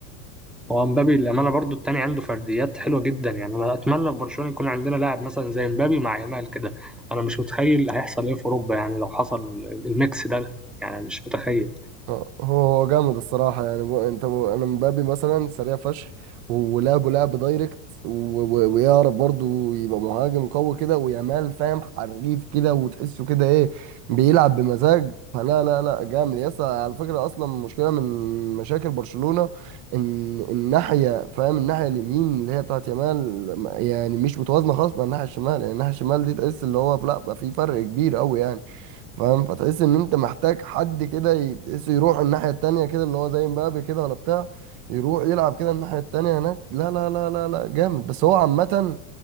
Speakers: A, in the centre; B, on the right.
A: هو مبابي للأمانة برضو التاني عنده فرديات حلوة جدا يعني أنا أتمنى في برشلونة يكون عندنا لاعب مثلا زي مبابي مع يامال كده أنا مش متخيل هيحصل إيه في أوروبا يعني لو حصل الميكس ده يعني مش متخيل
B: اه هو هو جامد الصراحة يعني بو انت بو انا مبابي مثلا سريع فشخ ولعبه لعب دايركت و- و- ويعرف برضه يبقى مهاجم قوي كده ويامال فاهم حريف كده وتحسه كده ايه بيلعب بمزاج فلا لا لا جامد يس على فكرة اصلا مشكلة من مشاكل برشلونة ان الناحية فاهم الناحية اليمين اللي هي بتاعت يامال يعني مش متوازنة خالص مع الناحية الشمال يعني الناحية الشمال دي تحس اللي هو لا بقى في فرق كبير قوي يعني فاهم فتحس ان انت محتاج حد كده ي- تحسه يروح الناحية التانية كده اللي هو زي مبابي كده ولا بتاع يروح يلعب كده الناحية التانية هناك لا لا لا لا لا جامد بس هو عامة